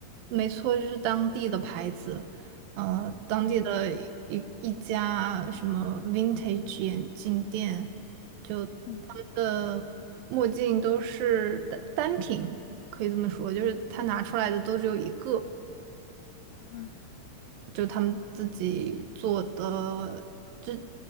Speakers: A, on the right; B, on the left.
A: 没错，就是当地的牌子，呃，
B: 嗯
A: 当地的一一家什么 vintage 眼镜店，就他们的墨镜都是单单品，
B: 嗯
A: 可以这么说，就是他拿出来的都只有一个，
B: 嗯，
A: 就他们自己做的，这